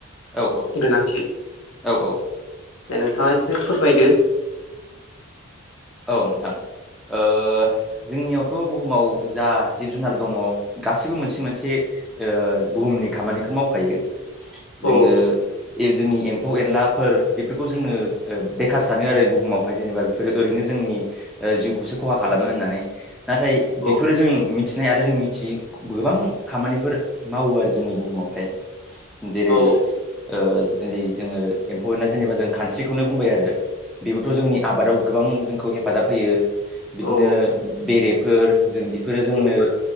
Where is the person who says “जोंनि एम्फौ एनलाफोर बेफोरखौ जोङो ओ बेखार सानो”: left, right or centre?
Centre